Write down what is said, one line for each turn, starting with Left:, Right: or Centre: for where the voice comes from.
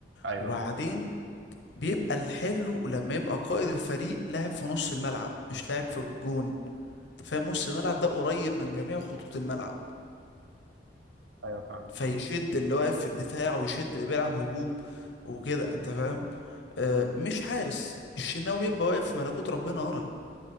Right: ايوه
Left: وبعدين بيبقى الحلو لما يبقى قائد الفريق لاعب في نص الملعب مش لاعب في الجون انت فاهم نص الملعب ده قريب من جميع خطوط الملعب
Right: ايوه فاهم
Left: فيشد اللي واقف في الدفاع ويشد اللي بيلعب هجوم وكده انت فاهم آه مش حارس الشناوي بيبقى واقف في ملكوت ربنا ورا